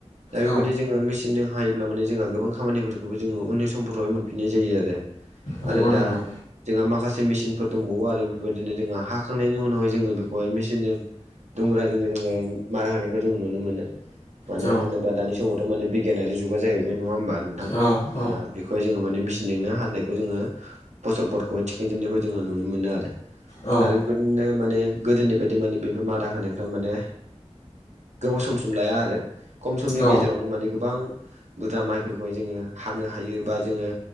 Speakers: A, on the right; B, on the left.
A: दा बेबायदि
B: औ
A: जोङो मेसिनजों हायोब्ला माने जोंहा गोबां खामानिफोरखौबो जोङो उननि समफोरावहाय मोनफिननाय जायो आरो।
B: नंगौ
A: आरो दा
B: नंगौ
A: जोंहा माखासे मेसिनफोर दंबावो आरो बेफोरबायदिनो जोंहा हा हखांनायनि उनावहाय जोंङो बेखौहाय मेसिनजों दुंग्राजों जोंङो मारा होनायखौ जोंङो नुनो मोनो। मानो
B: औ
A: होनोबा दानि समावथ' माने बिगियानारि जुगा जाहैबाय नंङा होमबा नोंथां?
B: औ औ
A: दा बेखौहाय जोंङो माने मेचिनजोंनो हाननायखौ जोंङो। फसलफोरखौहाय थिखांजोबनायखौ जोङो नुनो मोनो आरो।
B: औ
A: आरो बेबायाददिनो माने गोदोनि बायदि माने बेफोर मादा होनायफ्रा माने गोबाव समसिम लाया आरो खम समनि
B: औ
A: गेजेरावनो माने गोबां बुरदा माइफोरखौहाय जोङो हानो हायो बा जोंङो